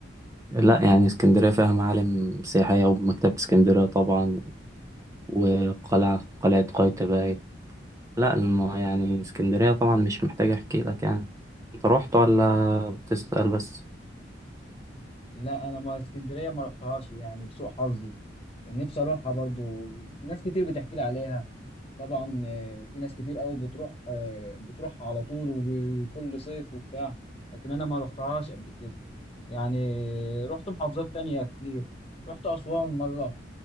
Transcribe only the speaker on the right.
لا يعني اسكندرية فيها معالم سياحية ومكتبة اسكندرية طبعا وقلعة قلعة قايتباي لا الم... يعني اسكندرية طبعا مش محتاج أحكي لك يعني أنت رحت ولا بتسأل بس